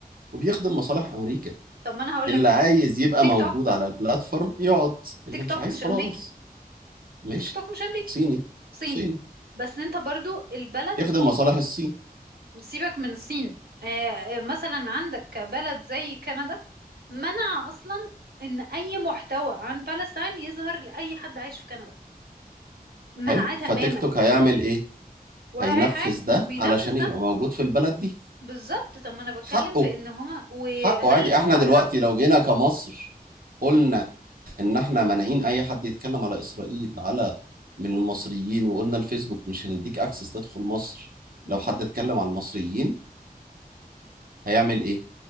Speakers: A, on the right (about 65°); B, on the right (about 80°).
A: وبيخدم مصالح امريكا
B: طب ما انا هقول
A: اللي
B: لك حاجه
A: عايز يبقى
B: تيك
A: موجود
B: توك
A: على البلاتفورم يقعد اللي
B: تيك
A: مش
B: توك
A: عايز
B: مش
A: خلاص
B: امريكي
A: ماشي
B: تيك توك مش امريكي
A: صيني
B: صيني
A: صيني
B: بس انت برضو البلد
A: يخدم مصالح الصين
B: سيبك من الصين آه، آه، مثلا عندك بلد زي كندا منع اصلا ان اي محتوى عن بالستاين يظهر لاي حد عايش في كندا منعاه
A: حلو
B: تماما
A: فتيك توك هيعمل ايه
B: ولا
A: هينفذ
B: اي حاجه
A: ده
B: بينفذ
A: علشان
B: ده
A: يبقى موجود في البلد دي
B: بالظبط طب ما انا بتكلم
A: حقه
B: في ان هما وهل
A: حقه عادي
B: هو
A: احنا دلوقتي
B: حق
A: لو جينا كمصر قلنا
B: مم.
A: ان احنا مانعين اي حد يتكلم على اسرائيل على من المصريين وقلنا الفيسبوك مش هنديك اكسس تدخل مصر
B: مم.
A: لو حد اتكلم على المصريين هيعمل ايه